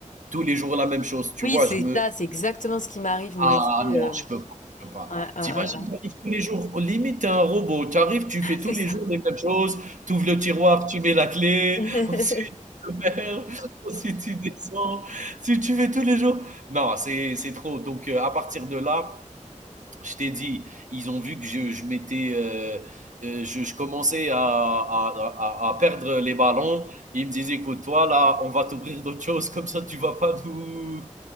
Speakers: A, on the right (about 70°); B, on the left (about 75°).
A: tous les jours la même chose. Tu
B: Oui,
A: vois,
B: c'est
A: je me,
B: ça, c'est exactement ce qui m'arrive moi
A: ah
B: aussi.
A: non,
B: euh,
A: je peux pas, je peux pas.
B: ah, ah,
A: Tu tu arrives
B: ah,
A: tous les jours, limite tu un robot. Tu arrives, tu
B: ah.
A: fais
B: <laughs>
A: tous
B: C'est
A: les
B: ça.
A: jours les mêmes choses, tu ouvres le tiroir, tu mets la clé,
B: <laughs>
A: <laughs> ensuite tu le verre, ensuite tu descends. Si tu fais tous les jours non, c'est c'est trop. Donc heu, à partir de là, je t'ai dit, ils ont vu que je je m'étais, heu heu, je je commençais à à à à perdre les ballons. Ils me disaient: «Écoute, toi là, on va t'ouvrir d'autres choses comme ça tu vas pas nous»